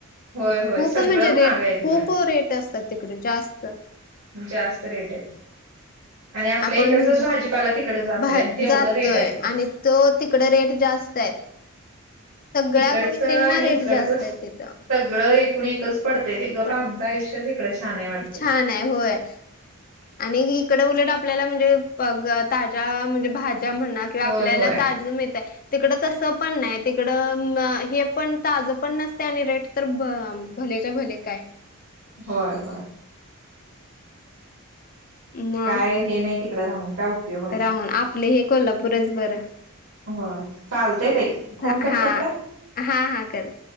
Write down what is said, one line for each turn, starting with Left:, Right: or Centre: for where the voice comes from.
Right: होय होय
Left: खूप
Right: सगळं
Left: म्हणजे रेट
Right: महाग आहे तिकडं
Left: खूप रेट असतात तिकडे जास्त.
Right: जास्त रेट आहेत. आणि आपल्या
Left: आपण
Right: इकडचं
Left: म्हणतो
Right: भाजीपाला तिकडं जातोय
Left: बाहे
Right: आणि तेवढं
Left: जातोय
Right: रेट आहे ते.
Left: आणि तो तिकड रेट जास्त आहेत. सगळ्या
Right: तिकडचं
Left: गोष्टींना
Right: आणि
Left: रेट
Right: इकडचंच
Left: जास्त आहे तिथं.
Right: सगळं एकूण एकच पडतंय, ते गप
Left: पण
Right: आमचं आयुष्यच इकडं छान आहे वाटते
Left: छान आहे होय. आणि इकडं उलट आपल्याला म्हणजे मग ताज्या म्हणजे भाज्या म्हणा ते आपल्याला
Right: होय होय.
Left: ताजं मिळतंय. तिकडं तसं पण नाही तिकडं हे पण ताजं पण नसते आणि रेट तर ब भलेच्या भले काय?
Right: होय होय.
Left: मग?
Right: काय हे नाही तिकडे राहून काय उपयोग नाही
Left: राहन आपल हे कोल्हापूरच बर.
Right: होय चालतंय ताई. फोन
Left: हा
Right: कट करताय?
Left: हा हा कर.